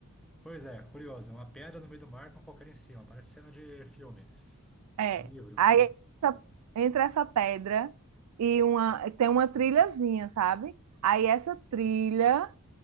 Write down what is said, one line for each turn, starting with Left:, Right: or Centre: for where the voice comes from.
Centre: Pois é, curioso. é Uma pedra no meio do mar com qualquer em cima. Parece cena de filme,
Right: É.
Centre: de livro,
Right: Aí
Centre: sabe?
Right: essa- entre essa pedra e uma tem uma trilhazinha, sabe? Aí essa trilha